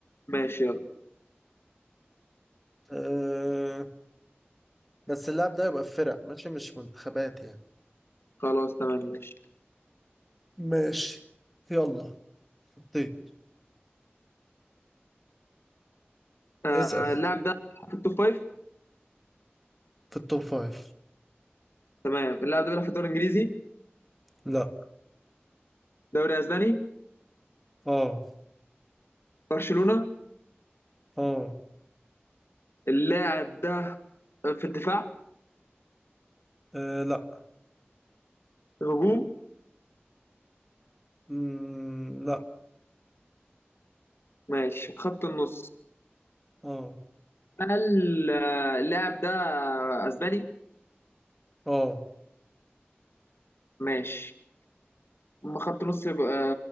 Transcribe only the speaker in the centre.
أه بس اللعب ده يبقى في فرق ماشي مش منتخبات يعني
ماشي يلا حطيت
اسأل
في التوب فايف
لا
اه
اه
آه، لا
مم، لا
اه
اه